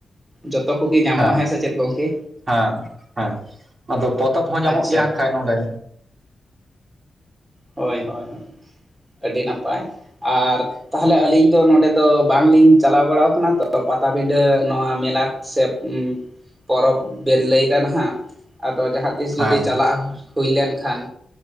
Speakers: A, on the right (about 20°); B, on the right (about 35°).
A: ᱡᱚᱛᱚ ᱠᱚᱜᱮ ᱧᱟᱢᱚᱜᱼᱟ
B: ᱦᱮᱸ
A: ᱥᱮ ᱪᱮᱫ ᱜᱚᱢᱠᱮ
B: ᱦᱮᱸ ᱦᱮᱸ ᱟᱫᱚ ᱯᱚᱛᱚᱵ ᱦᱚᱸ ᱧᱟᱢᱚᱜ
A: ᱟᱪᱪᱷᱟ
B: ᱜᱮᱭᱟ ᱟᱸᱜ ᱠᱷᱟᱱᱮ ᱱᱚᱰᱮ
A: ᱦᱳᱭ ᱦᱳᱭ ᱟᱹᱰᱤ ᱱᱟᱯᱟᱭ ᱟᱨ ᱛᱟᱦᱚᱞᱮ ᱟᱹᱞᱤᱧ ᱫᱚ ᱱᱚᱰᱮ ᱫᱚ ᱵᱟᱝᱞᱤᱧ ᱪᱟᱞᱟᱣ ᱵᱟᱲᱟᱣ ᱠᱟᱱᱟ ᱛᱚ ᱯᱟ ᱯᱟᱴᱟᱵᱤᱸᱰᱟᱹ ᱱᱚᱣᱟ ᱢᱮᱞᱟ ᱥᱮ ᱯᱚᱨᱚᱵᱽ ᱵᱮᱱ ᱞᱟᱹᱭᱮᱫᱟ ᱱᱟᱜ ᱟᱫᱚ ᱡᱟᱦᱟᱸ ᱛᱤᱥ ᱡᱩᱫᱤ
B: ᱦᱮᱸ
A: ᱪᱟᱞᱟᱜ ᱦᱩᱭ ᱞᱮᱱ ᱠᱷᱟᱱ